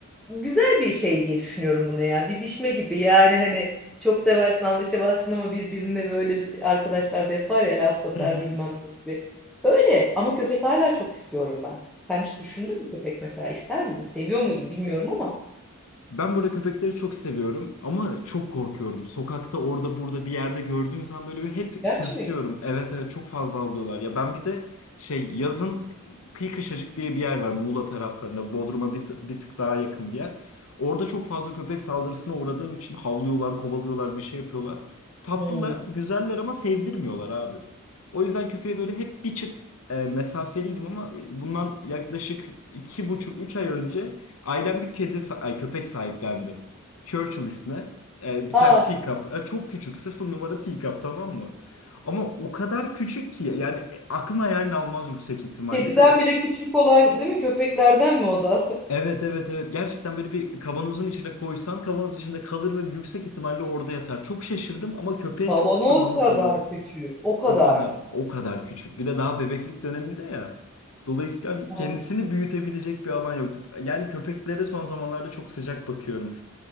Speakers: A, in the centre; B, on the left.
A: güzel bir şey diye düşünüyorum bunu ya. Didişme gibi yani hani çok seversin anlaşamazsın ama birbirine böyle arkadaşlar da yapar ya laf sokar
B: Hı hı.
A: bilmem ne gibi. Öyle ama köpek hala çok istiyorum ben. Sen hiç düşündün mü köpek mesela ister miydin? Seviyor muydun bilmiyorum ama.
B: Ben burada köpekleri çok seviyorum ama çok korkuyorum. Sokakta orada burada bir yerde gördüğüm zaman böyle hep
A: Gerçek.
B: tırsıyorum. Evet evet çok fazla avlıyorlar. Ya ben bir de şey yazın Kıyı Kışlacık diye bir yer var Muğla taraflarında. Bodrum'a bir, tı- bir tık daha yakın bir yer. Orada çok fazla köpek saldırısına uğradığım için havlıyorlar, kovalıyorlar, bir şey yapıyorlar. Tatlılar,
A: Hmm.
B: güzeller ama sevdirmiyorlar abi. O yüzden köpeğe böyle hep bir çıt e, mesafeliydim ama e, bundan yaklaşık iki buçuk, üç ay önce Ailem bir kedi, sa- ay köpek sahiplendi. Churchill ismi. Ee, bir
A: Ha,
B: tane teacup. Ee, çok küçük. Sıfır numara teacup tamam mı? Ama o kadar küçük ki yani e, aklın hayalini almaz yüksek ihtimalle.
A: kediden
B: Böyle
A: bile küçük olan değil mi? Köpeklerden mi o da?
B: evet evet evet gerçekten böyle bir kavanozun içine koysan kavanoz içinde kalır ve yüksek ihtimalle orada yatar. Çok şaşırdım ama
A: <laughs>
B: köpeğe
A: Kavanoz
B: çok ısınmamı
A: kadar
B: sağladı.
A: küçük. O kadar.
B: O kadar o kadar küçük. Bir de daha bebeklik döneminde ya. Dolayısıyla hani
A: Aa.
B: kendisini büyütebilecek bir alan yok. Yani köpeklere son zamanlarda çok sıcak bakıyorum.